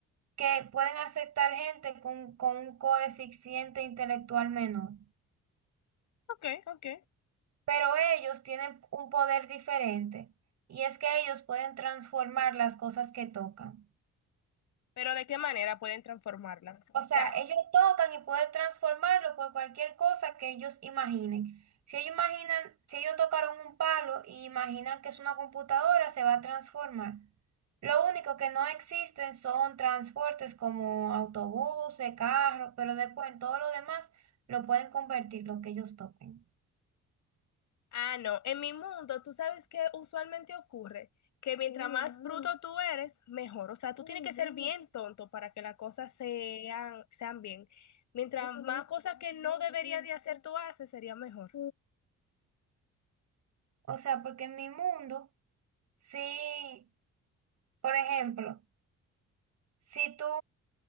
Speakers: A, on the right; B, on the left.
A: que pueden aceptar gente con, con un coeficiente intelectual menor.
B: Ok, ok.
A: Pero ellos tienen un poder diferente y es que ellos pueden transformar las cosas que tocan.
B: Pero ¿de qué manera pueden transformarlas? O
A: O sea,
B: sea,
A: ellos tocan y pueden transformarlo por cualquier cosa que ellos imaginen. Si ellos imaginan, si ellos tocaron un palo y imaginan que es una computadora, se va a transformar. Lo único que no existen son transportes como autobuses, carros, pero después en todo lo demás lo pueden convertir lo que ellos toquen.
B: ah, no, en mi mundo, tú sabes que usualmente ocurre que mientras más bruto tú eres, mejor. O sea, tú tienes que ser bien tonto para que las cosas sean, sean bien. Mientras más cosas que no deberías de hacer tú haces, sería mejor.
A: O sea, porque en mi mundo sí. Por ejemplo, si tú